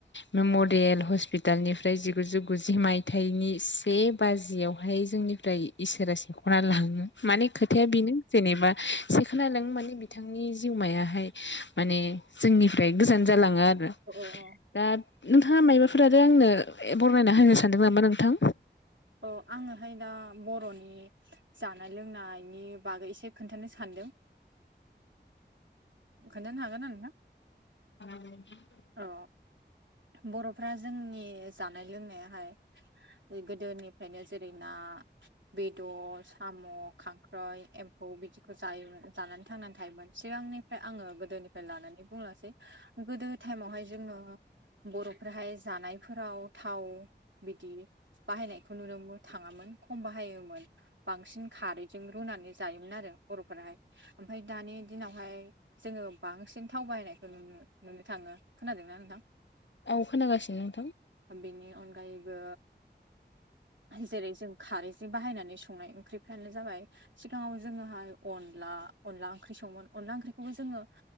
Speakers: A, on the left; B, on the right.
A: मेमरियेल हस्पिटालनिफ्राय जिगुजौ गुजि मायथाइनि से बाजियावहाय जोंनिफ्राय इसोरा से ख'ना लाङो माने खोथाया बेनो जेनेबा एसे खोनादों माने बिथांनि जिउमायाहाय माने जोंनिफ्राय गोजान जालाङा दा
B: अ अ
A: नोंथाङा मायबाफोर आरो आंनो बरमायना होनो सानदों नामा नोंथां?
B: औ आङोहाय दा बर'नि जानाय लोंनायनि बागै एसे खोन्थानो सानदों । खोन्थानो हागो ना नोंथां?
A: <unintelligible>
B: औ बर'फ्रा जोंनि जानाय लोंनायाहाय गोदोनि जेरै ना, बेदर, साम', खांख्राइ एम्फौ बिदिखौ जायोमोन जानानै थांनानै थायोमोन सिगांनिफ्राय आङो गोदोनिफ्राय लानानै बुंलासै गोदो टाइमावहाय जोंनाव बर'फोराहाय जानायफोराव थाव बिदि बाहायनाय बेखौ नुनोमो थाङामोन खम बाहायोमोन बांसिन खारैजों रुनानै जायोमोन आरो बर'फोरा । ओमफाय - ओमफ्राय दानि दिनावहाय जोङो बांसिन थाव बायनायखौ नुनो नुनो थाङो । खोनादोंना नोंथां?
A: औ खोनागासिनो नोंथां ।
B: बेनि अनगायैबो जेरै जों खारैजों बाहायनानै संनाय ओं ओंख्रिफ्रानो जाबाय सिगाङाव जोङोहाय अनला अनला ओंख्रि संङोमोन अनला ओंख्रिखौबो जोङो